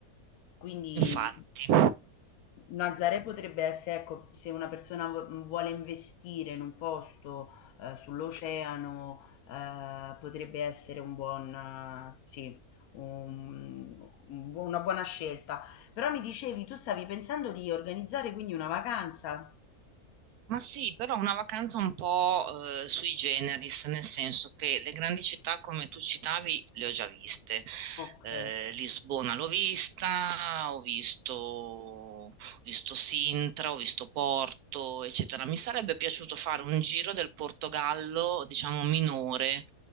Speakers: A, on the left (about 75°); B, on the right (about 85°).
A: quindi
B: infatti.
A: Nazaré potrebbe essere, ecco, se una persona vu- vuole investire in un posto eh, sull'oceano, eh, potrebbe essere un buon, eh, sì, un- un bu- una buona scelta. Però mi dicevi, tu stavi pensando di organizzare quindi una vacanza?
B: Ma sì, però una vacanza un po' eh, sui generis, nel senso che le grandi città come tu citavi le ho già viste.
A: Ok.
B: Eh, Lisbona l'ho vista, ho visto, ho visto Sintra, ho visto Porto, eccetera. Mi sarebbe piaciuto fare un giro del Portogallo, diciamo minore,